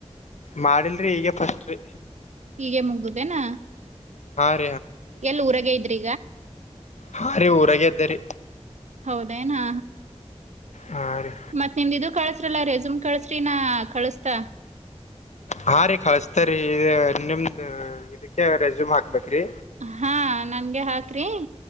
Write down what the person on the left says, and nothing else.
ಮಾಡಿಲ್ರಿ ಈಗ ಫಸ್ಟ್್ರೀ
ಹ
ಹಾ ರ ಊರಾಗ ಇದದ್ದರಿ
ಹಾ ರೀ
ಹಾ ರೀ ಕಳಸ್ತ್ರೀ ನಿಮ್ದ ಇದಕ್ಕೆ ರೆಸ್ಯೂಮ್ ಹಾಕ್ಬೇಕೇ್ರಿ